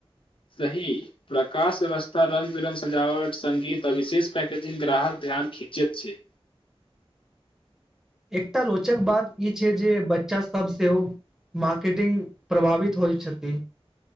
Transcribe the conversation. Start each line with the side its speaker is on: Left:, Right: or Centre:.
Left: सही प्रकाश व्यवस्था रङ्ग बिरङ्ग सजावट सङ्गीत आ विशेष पैकेजिंग ग्राहक ध्यान खिञचैत छै
Centre: एकटा रोचक बात ई छै जे बच्चा सब सेहो मार्केटिंग प्रभावित होइत छथी